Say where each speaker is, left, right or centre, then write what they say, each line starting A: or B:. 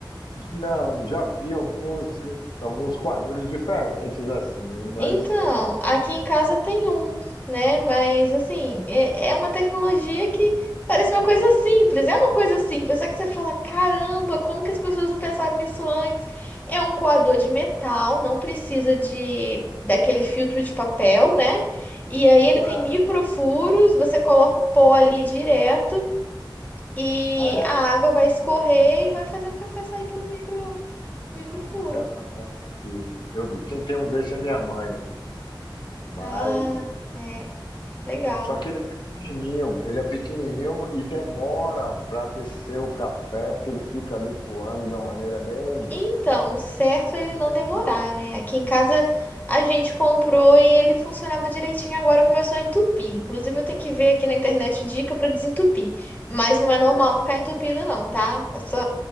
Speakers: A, on the left; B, on the left.
A: Não, já vi alguns, alguns quadros diferentes assim, mas
B: Então, aqui em casa tem um, né? Mas assim, é, é uma tecnologia que parece uma coisa simples, é uma coisa simples, só que você fala, caramba, como que as pessoas não pensaram nisso antes? É um coador de metal, não precisa de daquele filtro de papel, né? E aí ele
A: é,
B: tem microfuros, você coloca o pó ali direto e
A: é,
B: a água vai escorrer
A: já vi.
B: e vai fazer o café sair pelo micro microfuro.
A: Eu vi. Eu vi. Quem tem um desse é minha mãe, mas
B: Ah, é, legal.
A: só que ele é pequenininho, ele é pequenininho e demora para descer o café, porque ele fica ali coando de uma maneira bem
B: Então, o certo
A: bem
B: é ele não demorar, né? Aqui em casa a gente comprou e ele funcionava direitinho, agora começou a entupir. Inclusive, eu tenho que ver aqui na internet dica pra desentupir. Mas não é normal
A: É,
B: ficar entupido, não, tá? É só-